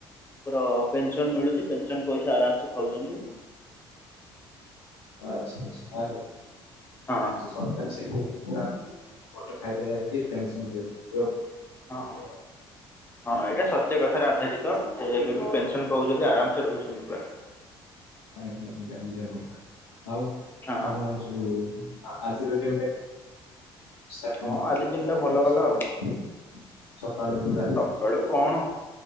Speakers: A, on the left; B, on the left.
A: ତାଙ୍କର ପେନସନ ମିଳୁଛି ପେନସନ ପଇସା ଆରାମସେ ଖାଉଛନ୍ତି।
B: ଆଚ୍ଛା ଆଚ୍ଛା <unintelligible>
A: ହଁ
B: ସରକାର <unintelligible> ମୋତେ ଫାଇଦା ଏହିକି ପେନ୍ସନ ଦଉଚି <unintelligible>
A: ହଁହଁ ହଁହଁ ଏଇଟା ସତ୍ୟ କଥାରେ ଆଧାରିତ। ତ ସେ ଏବେବି ପେନସନ ପାଉଛନ୍ତି ଆରାମସେ ରହୁଛନ୍ତି ପୁରା।
B: ଆଜ୍ଞା ଆଜ୍ଞା ବୁଝାପଡିଲା ଆଉ
A: ହଁ
B: ଆପଣ ଏଇଯୋଉ ଯୋଉ ଆ ଆଜିର ଦିନଟା ଷ୍ଟାଷ୍ଟିଙ୍ଗରୁ
A: ହଁ ଆଜି ଦିନଟା
B: କଣ
A: ଭଲ
B: କରିଚ
A: ଗଲା
B: ସକାଳୁ
A: ଆଉ କଣ
B: ସକାଳୁ ରାତି।
A: ସକାଳୁ କଣ